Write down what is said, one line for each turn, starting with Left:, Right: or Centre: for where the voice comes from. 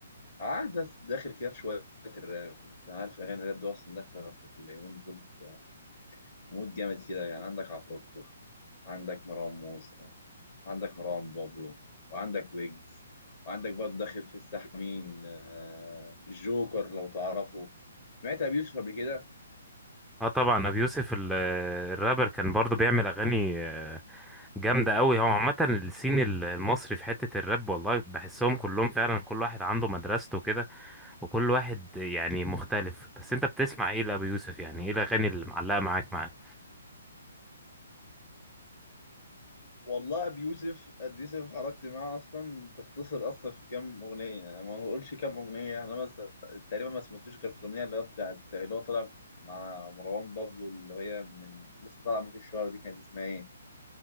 Left: قاعد داخل كده في شويه الراب انت عارف الاغاني الراب دي اصلا داخله في اليومين دول في مود جامد كده يعني عندك عفروتو عندك مروان موسى عندك مروان بابلو وعندك ويجز وعندك برضه داخل في الساحه مين آه، جوكر لو تعرفه سمعت ابي يوسف قبل كده
Centre: اه طبعا ابي يوسف ال- الرابر كان برضو بيعمل اغاني آه، جامده قوي هو عامه السين ال- المصري في حته الراب والله بحسهم كلهم فعلا كل واحد عنده مدرسته كده وكل واحد يعني مختلف بس انت بتسمع ايه لابي يوسف يعني ايه الاغاني اللي معلقه معاك معاه
Left: والله ابي يوسف ابي يوسف حركت معاه اصلا تختصر اصلا في كام اغنيه انا ما بقولش كام اغنيه يعني انا بس تقريبا ما سمعتوش غير في الاغنيه اللي هو بتاعت اللي هو طالع مع مروان بابلو اللي هي من لسه طالعه من في الشهر دي كانت اسمها ايه